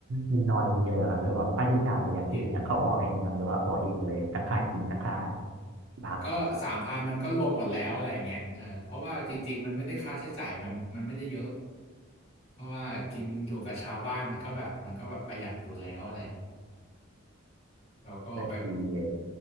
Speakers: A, on the right; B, on the left.
A: กินนอนอะไรอย่างเงี้ยเลยเหรอครับแล้วแบบค่าใช้จ่ายอย่างอื่นนะเขาออกให้ไหมครับหรือว่าออกเองหมดเลยทั้งค่ากินทั้งค่า
B: กิน
A: ที่พัก
B: ก็สามพันมันก็รวมหมดแล้วอะไรอย่างเงี้ยเออเพราะว่าจริงๆมันไม่ได้ค่าใช้จ่ายมันมันไม่ได้เยอะเพราะว่ากินอยู่กับชาวบ้านมันก็แบบมันก็แบบประหยัดอยู่แล้วอะไรอย่างเงี้ยแล้วก็ไป
A: ก็ดีเลย